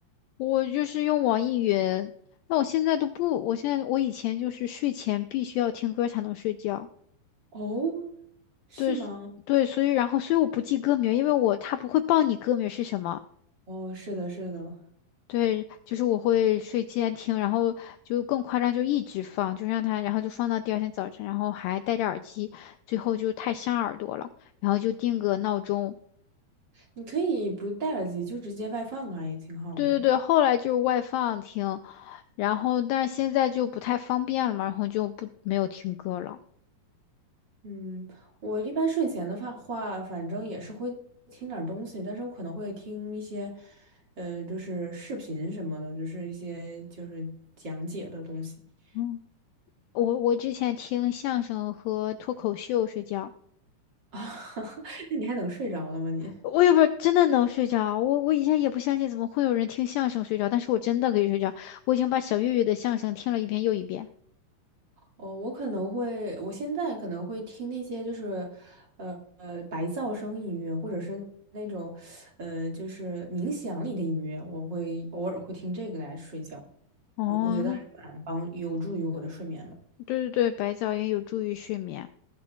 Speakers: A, on the left; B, on the right.
A: 我就是用网易云，那我现在都不，我现在我以前就是睡前必须要听歌才能睡觉。
B: 哦，是吗？
A: 对所对，所以然后所以我不记歌名，因为我它不会报你歌名是什么。
B: 哦，是的，是的，
A: 对，就是我会睡前听，然后就更夸张，就一直放，就让它，然后就放到第二天早晨，然后还戴着耳机，最后就太伤耳朵了，然后就定个闹钟，
B: 你可以不戴耳机，就直接外放啊，也挺好的。
A: 对对对，后来就是外放听，然后但是现在就不太方便了嘛，然后就不没有听歌了。
B: 嗯，我一般睡前的话话，反正也是会听点儿东西，但是我可能会听一些，呃，就是视频什么的，就是一些就是讲解的东西 <laughs>。
A: 嗯，我我之前听相声和脱口秀睡觉，
B: 啊，那你还能睡着了吗你？
A: 我也不知道真的能睡着，我我以前也不相信怎么会有人听相声睡着，但是我真的可以睡着，我已经把小岳岳的相声听了一遍又一遍。
B: 哦，我可能会，我现在可能会听那些就是，呃呃，白噪声音乐，或者是那种，呃，就是冥想里的音乐，我会偶尔会听这个来睡觉，
A: 哦，
B: 我觉得还蛮帮，有助于我的睡眠的。
A: 对对对，白噪音有助于睡眠。